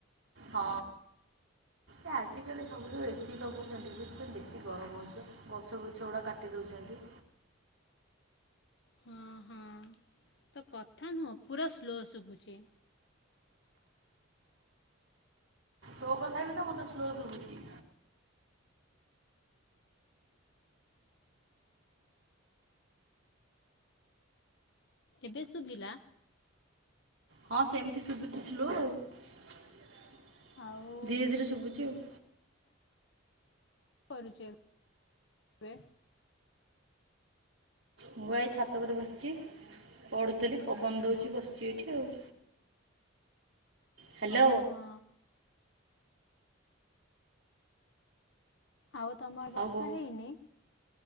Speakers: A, on the right; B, on the left.
A: ହଁ ଏ ଆଜିକାଲି ସବୁ ଯୋଉ ଏ ସିି ଲଗଉଚନ୍ତି ସେଇଥିପାଇଁ ବେଶୀ ଗରମ ହୋଉଚି ଗଛବୁଛଉଡ଼ା କାଟି ଦୋଉଚନ୍ତି।
B: ହଁ ହଁ ତୋ କଥା ନୁହଁ ପୁରା ସ୍ଲୋ ଶୁଭୁଚି।
A: ତୋ କଥା ବି ତ ମତେ ସ୍ଲୋ ଶୁଭୁଚି।
B: ଏବେ ଶୁଭିଲା?
A: ହଁ ସେମତି ଶୁଭୁଚି ଆଉ। ଧୀରେ
B: ଆଉ
A: ଧୀରେ ଶୁଭୁଚି ଆଉ।
B: କରୁଚୁ ଏ ବେ?
A: ମୁଁ ଏଇ ଛାତ ଓପରେ ବସିଚି ପଢୁ ଥେଲି ପବନ
B: ହ୍ୟାଲୋ
A: ଦୋଉଚି ବସିଚି ଏଇଠି ଆଉ। ହାଲୋ।
B: ହଁ ହଁ ଆଉ ତମ ଆ ବର୍ଷା
A: ଆଉ ଗୋ
B: ହେଇନେଇ?